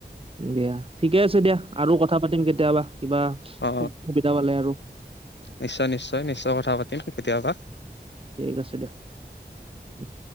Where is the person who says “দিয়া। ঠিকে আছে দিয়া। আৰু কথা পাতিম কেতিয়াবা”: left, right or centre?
Right